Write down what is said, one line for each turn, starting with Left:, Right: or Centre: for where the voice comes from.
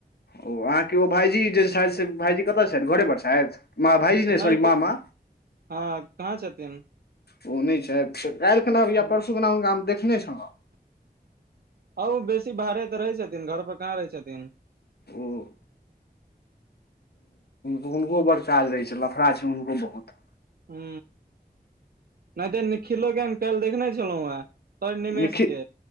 Left: ओ अहाँके ओ भायजी जे छथि से भाईजी कतऽ छथि घरे पर छथि मा भाइजी ने
Right: नहि
Left: सॉरी
Right: क
Left: मामा
Right: हँ कहाँ छथिन
Left: ओ नहि छथि काल्हि खुना या
Right: ह
Left: परसू खुना हुनका हम देखने छलौं
Right: ह ओ बेसी बाहरे तऽ रहै छथिन घर पर कहाँ रहै छथिन
Left: ओ हुनको बड़ काज रहै छै लफड़ा छै हुनको बहुत
Right: हू नहि ते निखिलो के हम काल्हि देखने छलू हें स निमेष
Left: निखित
Right: के